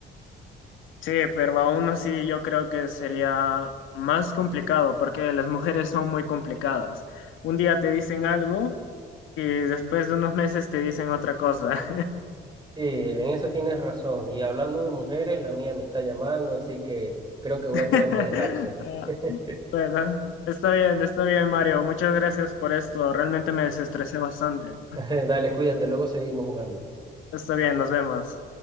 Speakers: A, on the left (about 85°); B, on the right (about 20°).
A: Sí, pero aún así yo creo que sería más complicado, porque las mujeres son muy complicadas. Un día te dicen algo y después de unos meses te dicen otra cosa.
B: Sí, en eso tienes razón. Y hablando de mujeres, la mía me está llamando, así que creo que voy
A: <laughs>
B: a tener que dejarte.
A: Ah,
B: <laughs>
A: Bueno, está bien, está bien, Mario. Muchas gracias por esto. Realmente me desestresé bastante.
B: Dale, cuídate, luego seguimos jugando.
A: Está bien, nos vemos.